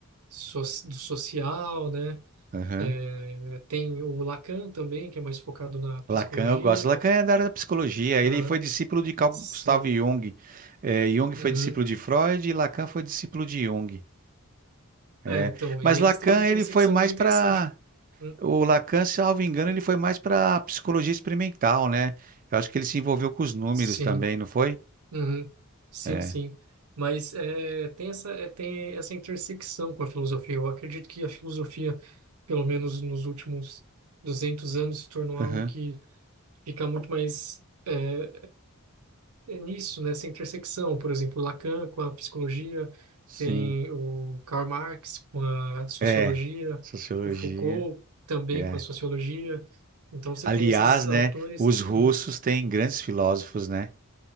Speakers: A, on the right; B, on the right.
A: so- do social, né?
B: Aham.
A: É, tem o Lacan também, que é mais focado na psicologia.
B: Lacan, eu gosto. Lacan é da área da psicologia. Ele
A: Ah,
B: foi discípulo de Carl
A: sim.
B: Gustav Jung. É, Jung foi
A: Uhum.
B: discípulo de Freud e Lacan foi discípulo de Jung. É,
A: É, então,
B: mas
A: e eles
B: Lacan,
A: têm uma intersecção
B: ele foi mais
A: bem
B: para.
A: interessante. Hum,
B: O Lacan, salvo engano, ele foi mais para psicologia experimental, né? Eu acho que ele se envolveu com os números
A: Sim.
B: também, não foi?
A: Uhum. Sim,
B: É.
A: sim. Mas é, tem essa, é, tem essa intersecção com a filosofia. Eu acredito que a filosofia, pelo menos nos últimos 200 anos, se tornou algo
B: Aham.
A: que fica muito mais é, é, é nisso, nessa intersecção. Por exemplo, Lacan com a psicologia,
B: Sim.
A: tem o Karl Marx com a sociologia,
B: É. Sociologia.
A: o Foucault também
B: É.
A: com a sociologia. Então você
B: Aliás,
A: tem esses autores
B: né, os
A: que.
B: russos
A: Uhum.
B: têm grandes filósofos, né?